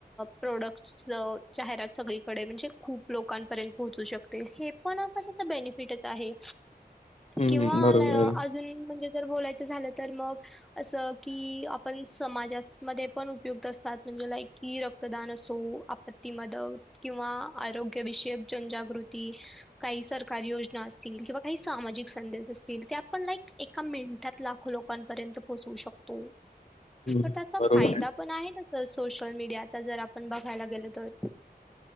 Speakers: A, in the centre; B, on the left.
A: प्रोडक्ट्स जाहिरात सगळीकडे म्हणजे खूप लोकांपर्यंत पोहोचू शकते हे पण अस बेनिफिटच आहे.
B: हम्म
A: किंवा
B: बरोबर
A: ला
B: आहे
A: अजून म्हणजे जर बोलायचं झालं तर मग अस की आप पण समाजात मध्ये पण उपयुक्त असतात म्हणजे लाईक की रक्तदान असो आपत्ती मदत. किंवा आरोग्याविषयक जनजागृती. काही सरकारी योजना असतील किंवा काही सामाजिक संदेश असतील त्या पण लाईक एका मिनिटात लाखो लोकांपर्यंत पोहचवू शकतो.
B: हम्म,
A: तर त्याचा
B: बरोबर
A: फायदा
B: आहे.
A: पण आहे तसच सोशल मीडियाचा जर आपण बघायला गेलो तर.